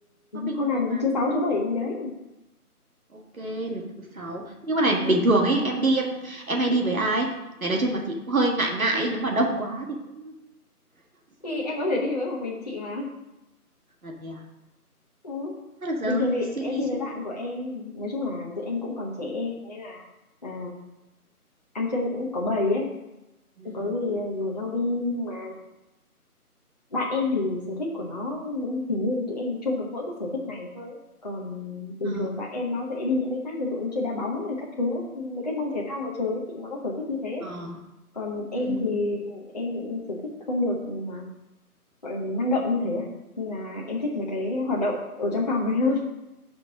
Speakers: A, on the right; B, on the left.
A: có bình
B: hôm nào
A: thường mà.
B: thứ sáu thứ bảy gì đấy
A: OK, rồi thứ Sáu. Nhưng mà này
B: Ừ.
A: bình thường ấy, em đi em em hay đi với ai? Này nói chung là chị cũng hơi ngại ngại
B: <laughs>
A: ấy, nếu mà đông quá thì cũng Suy
B: thì em
A: nghĩ.
B: có thể đi với một mình chị mà
A: À, thế à?
B: ừ.
A: Thoát được
B: bình
A: rồi,
B: thường thì
A: suy
B: em
A: nghĩ,
B: đi với
A: suy
B: bạn
A: nghĩ.
B: của em nói chung là tụi em cũng còn trẻ nên là à, ăn chơi cũng có bầy ấy
A: Ừm.
B: có gì rủ nhau đi nhưng mà bạn em thì sở thích của nó hình như tụi em chung được mỗi cái sở thích này thôi ấy. còn bình
A: Ờ,
B: thường bạn em nó sẽ đi những cái khác ví dụ như chơi đá bóng hay các thứ mấy cái môn thể thao ngoài trời ấy, chị nó có sở thích như thế
A: ờ.
B: còn em
A: Ừm,
B: thì em sở thích không được ừ, mà gọi là gì năng động như thế á nên là em thích mấy cái hoạt động ở trong phòng này hơn <laughs>